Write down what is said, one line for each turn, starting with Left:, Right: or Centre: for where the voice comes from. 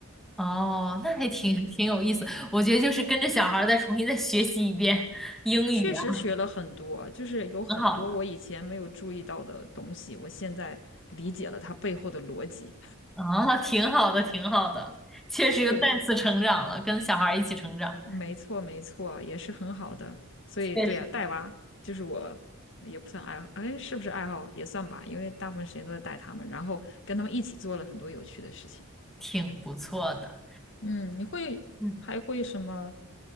Centre: 哦，那还挺
Left: 对对对，
Centre: <laughs> 挺有意思。我觉得就是跟着小孩儿再重新再学习一遍英语啊，
Left: 确实学了很多，就是有很多我以前没有注意到的东西，
Centre: 挺好的。
Left: 我现在理解了它背后的逻辑。
Centre: 啊，挺好的，挺好的，确实又再次成长了，
Left: <laughs> 对。
Centre: 跟小孩儿一起成长，
Left: 没错，没错，也是很好的。所以，
Centre: 确实
Left: 对呀、带娃就是我也不算爱好，哎，是不是爱好也算吧？因为大部分时间都在带他们，然后跟他们一起做了很多有趣的事情。
Centre: 挺不错的。
Left: 嗯，你会还会什么？
Centre: 嗯，